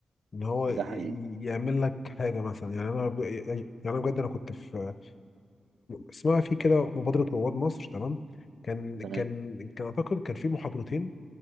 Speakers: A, on the left; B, on the right.
A: ان هو
B: ده
A: ي-
B: حقيقي
A: يعمل لك حاجه مثلا يعني انا ب... يعني انا بجد انا كنت في اسمها في كده مبادره رواد مصر تمام كان
B: تمام
A: كان كان اعتقد كان في محاضرتين